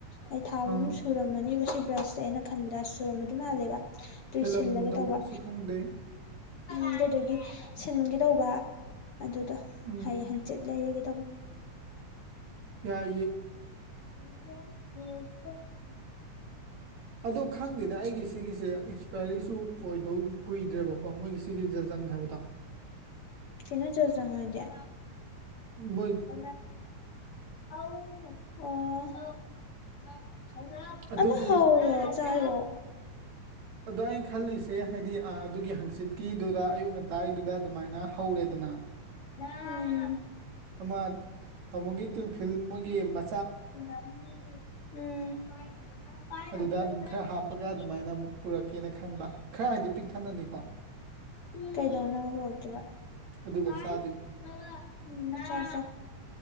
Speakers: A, on the left; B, on the right.
A: ꯑꯩ ꯊꯥ ꯑꯍꯨꯝ
B: ꯑꯥ
A: ꯁꯨꯔꯝꯃꯅꯤ ꯁꯤ ꯕ꯭ꯔꯁꯁꯦ ꯑꯩꯅ ꯈꯟꯕꯗ ꯁꯨꯔꯝꯕ ꯑꯗꯨ ꯃꯥꯜꯂꯦꯕ ꯇꯨꯏ
B: ꯍꯦꯜꯂꯝꯗꯧꯕ꯭ꯔꯁꯨ
A: ꯁꯤꯜꯂꯒꯦ ꯇꯧꯕ
B: ꯈꯪꯗꯦ꯫
A: ꯑꯗꯨꯗꯒꯤ ꯁꯤꯟꯒꯦ ꯇꯧꯕ ꯑꯗꯨꯗꯣ
B: ꯎꯝ
A: ꯍꯌꯦꯡ ꯍꯪꯆꯤꯠ ꯂꯩꯔꯒꯦ ꯇꯧꯕꯅꯤ
B: ꯌꯥꯑ
A: <unintelligible>
B: ꯑ ꯈꯪꯗꯦꯅꯦ ꯑꯩꯒꯤ ꯁꯤꯒꯤꯁꯦ ꯀꯔꯤꯁꯨ ꯑꯣꯏꯗꯧ ꯀꯨꯏꯗ꯭ꯔꯦꯕꯀꯣ ꯃꯣꯏꯒꯤ ꯁꯤꯒꯤ ꯖꯖꯪ ꯍꯥꯏꯕꯗꯣ
A: ꯀꯩꯅ ꯆꯔꯖꯅꯣꯗꯌꯥ
B: ꯎꯝ
A: <unintelligible> ꯑꫭ ꯁꯧꯅꯞ ꯁꯧꯅꯞ
B: ꯑꯗꯨꯒꯤ
A: ꯑꯗꯨ ꯍꯧꯔꯖꯦ ꯍꯥꯏꯔꫭ
B: ꯑꯗꯣ ꯑꯩꯅ ꯈꯜꯂꯤꯁꯦ ꯍꯥꯏꯗꯤ ꯑꯩ ꯑꯗꯨꯒꯤ ꯍꯪꯆꯤꯠꯀꯤꯗꯨꯔ ꯑꯌꯨꯛ ꯉꯟꯇꯥꯏꯒꯤꯗꯨꯗ ꯑꯗꯨꯃꯥꯏꯅ ꯍꯧꯔꯦ ꯑꯗꯨꯅ
A: ꯎꯝ
B: ꯑꯃ ꯇꯥꯃꯣꯒꯤ ꯇꯤꯜꯐꯤꯜ ꯃꯣꯏꯒꯤ ꯃꯥ
A: ꯎꯅꯞꯅꯤ ꯎꯝ ꯄꯥꯏꯕꯅ
B: ꯑꯗꯨꯗ
A: ꯄꯥꯏꯕꯅ
B: ꯑꯗꯨꯝ ꯈꯔ ꯍꯥꯞꯄꯒ
A: ꯐꯤꯛ ꯐꯤꯛ
B: ꯑꯗꯨꯃꯥꯏꯅ ꯑꯃꯨꯛ ꯄꯨꯔꯛꯀꯦꯅ ꯈꯟꯕ ꯈꯔ ꯍꯥꯏꯗꯤ ꯄꯤꯛꯊꯟꯅꯅꯤꯀꯣ
A: ꯀꯩꯗꯧꯅꯕꯒ ꯍꯨꯔꯛ ꯇꯨꯕ
B: ꯑꯗꯨꯒ
A: ꯄꯥꯏ
B: ꯆꯥꯗꯣꯏꯕ
A: ꯁꯧꯅꯞ ꯎꯝ ꯆꯥꯎ ꯆꯥꯎ